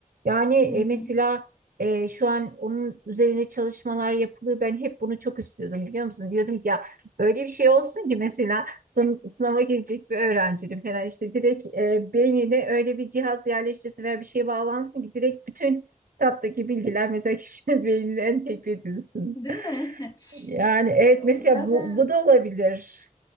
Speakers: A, on the right (about 80°); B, on the left (about 25°).
A: Yani e,
B: Hı hı.
A: mesela e, şu an onun üzerine çalışmalar yapılıyor. Ben hep bunu çok istiyordum biliyor musun? Diyordum ki ya böyle bir şey olsun ki mesela sın sınava girecek bir öğrencinin falan işte direkt e, beynine öyle bir cihaz yerleştirsin veya bir şey bağlansın ki direkt bütün kitaptaki bilgiler mesela kişinin <laughs> beynine entegre edilsin.
B: Değil mi? <laughs>
A: Yani evet
B: O
A: mesela
B: Zaten
A: bu, bu da olabilir